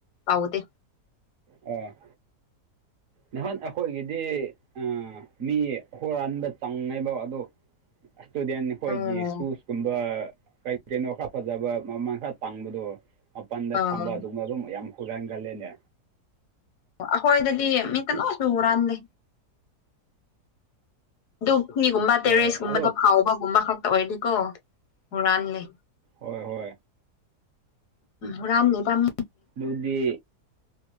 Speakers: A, on the left; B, on the right.
A: ꯇꯧꯗꯦ꯫
B: ꯑꯣ꯫ ꯅꯍꯥꯟ ꯑꯩꯈꯣꯏꯒꯤꯗꯤ ꯑ ꯃꯤ ꯍꯨꯔꯥꯟꯕ ꯆꯪꯉꯦꯕ ꯑꯗꫭ ꯑꯁ꯭ꯇꯨꯗꯦꯟ ꯈꯣꯏꯒꯤ
A: ꯑꯣ
B: ꯁꯨꯁꯀꯨꯝꯕ ꯀꯩ ꯀꯩꯅꯣ ꯈꯔ ꯐꯖꯕ ꯃꯃꯟ ꯈꯔ ꯇꯥꯡꯕꯗꯣ ꯃꯄꯟꯗ
A: ꯑꯥ
B: ꯊꯝꯕ ꯑꯗꯨꯒꯨꯝꯕ ꯑꯗꯨꯝ ꯌꯥꯝ ꯍꯨꯔꯥꯟꯒꯜꯂꯦꯅꯦ꯫
A: ꯑꫭ ꯑꯈꯣꯏꯗꯗꯤ ꯃꯤ ꯀꯅꯥꯁꯨꯨ ꯍꯨꯔꯥꯟꯗꯦ꯫ ꯑꯗꯨ ꯐꯤꯒꯨꯝꯕ
B: ꯍꯣꯏ
A: ꯇꯦꯔꯦꯁꯀꯨꯝꯕꯗ
B: ꯑꯗꯣ
A: ꯐꯥꯎꯕꯒꯨꯝꯕ ꯈꯛꯇ ꯑꯣꯏꯗꯤꯀꯣ ꯍꯨꯔꯥꯟꯂꯦ꯫
B: ꯍꯣꯏ ꯍꯣꯏ꯫
A: ꯎ ꯔꯝ ꯂꯩ ꯄꯝ
B: ꯕꯨꯗꯤ